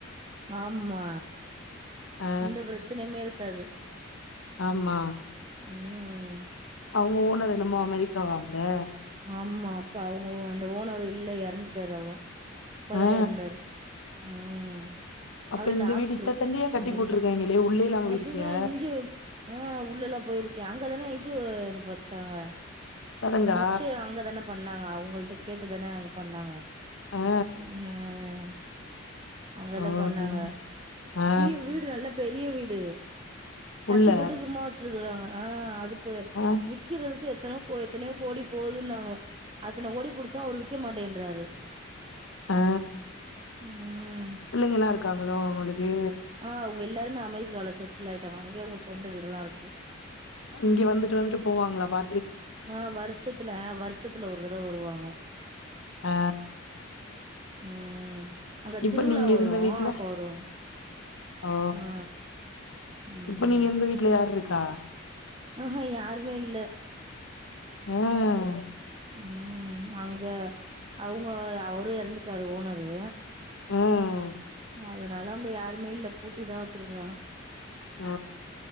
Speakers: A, on the right (about 25°); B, on the left (about 80°).
A: ஆமா
B: ஆ
A: எந்த பிரச்சனையுமே இருக்காது
B: ஆமா
A: ம்
B: அவங்க ஓனர் என்னமோ அமெரிக்காவாம் ல
A: ஆமா அப் அவங்க அந்த ஓனர்ரு இல்ல எறந்துட்டரு அவ இப்ப தா
B: ஆ
A: எரந்தாரு ம்
B: அப்ப
A: அவரு
B: இந்த
A: டாக்டரு
B: வீடு இத்த தண்டியா கட்டி
A: அமெரிக்கா
B: போட்ருக்காய்ங்களே உள்ளே இல்லாம போயிருக்கியா?
A: அதுதா இங்க அ உள்ள எல்லா போயிருக்கே அங்க தானே இது எனக்கு வச்சாங்க
B: சடங்கா?
A: நிச்சயோ அங்க தான பண்ணாங்க அவங்கள்ட்ட கேட்டு தான அங் பண்ணாங்க
B: ஆ ஆ
A: என் அங்க
B: ஆ. ஓ
A: தா பண்ணாங்க
B: சரி. ஆ
A: வி வீடு நல்ல பெரிய வீடு கட்டி
B: உள்ள
A: போட்டு சும்மா வச்சிருக்குறாங்க அ அது
B: ஆ
A: விக்கிறதுக்கு எத்தன கோ எத்தனையோ கோடி போதுன்னாங்க அத்தன குடுத்து அவர் விக்க மாட்டேன்றாரு
B: அ
A: ம்
B: பிள்ளைங்கல்லா இருக்காங்களோ ஒனக்கு
A: அ அவங்க எல்லாருமே அமெரிக்கால செட்டில் ஆயிட்டாங்க அங்கயே அவங்க சொந்த வீடெல்லா இருக்கு
B: இங்க வந்துட்டு வந்துட்டு போவாங்களா பா
A: அ வருஷத்துல அ வருஷத்துல ஒரு தடவை வருவாங்க
B: ஆ
A: ம் அங்க
B: இப்ப
A: திருவிழா
B: நீங்க
A: வரு
B: இருந்த வீட்ல
A: அப்ப வருவாங்க
B: ஓ
A: ஆ ம்
B: இப்ப நீங்க இருந்த வீட்டுல யார் இருக்கா
A: ம் ஹு யாருமே இல்ல
B: அ
A: ம் அங்க அவங்க அவரு எறந்துட்டாரு ஓனர்ரு
B: ம்
A: அதனால அங்க யாருமே இல்ல பூட்டி தா வச்சிருக்கறாங்க
B: ஓ